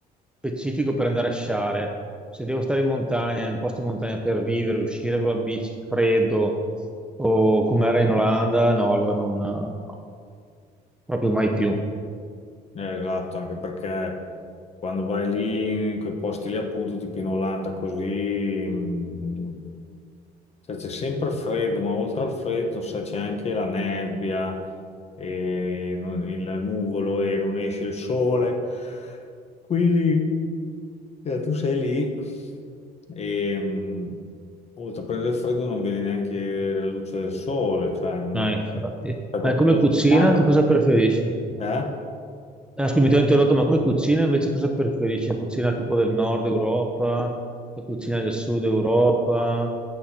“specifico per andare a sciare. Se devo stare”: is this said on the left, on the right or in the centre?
Centre